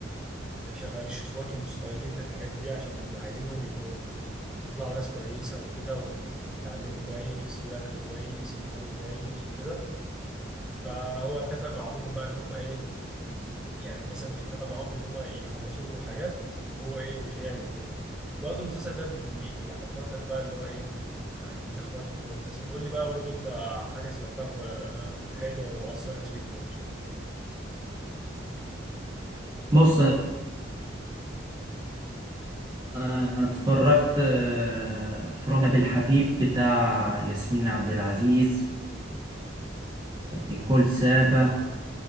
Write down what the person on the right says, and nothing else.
بص انا أنا اتفرجت آه، في رامي بالحبيب بتاع ياسمين عبد العزيز ونيكول سابا